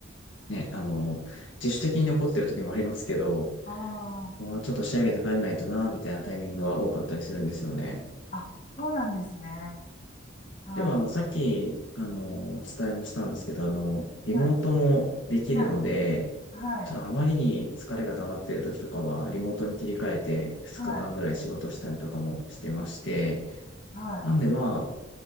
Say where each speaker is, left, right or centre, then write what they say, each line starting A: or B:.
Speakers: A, on the left; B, on the left.
A: ね、あの、自主的に残ってる時もありますけど、
B: ああ、
A: もうちょっと仕上げて帰んないとな、みたいなタイミングは多かったりするんですよね。
B: あ、そうなんですね。あー、
A: でもあの、さっき、あの、お伝えもしたんですけど、あの、リモートもできるので、
B: はい、はい、はい、
A: ちょっとあまりに疲れが溜まってる時とかは、リモートに切り替えて2日間ぐらい仕事したりとかもしてまして、
B: はい、はい、
A: なんでまあ、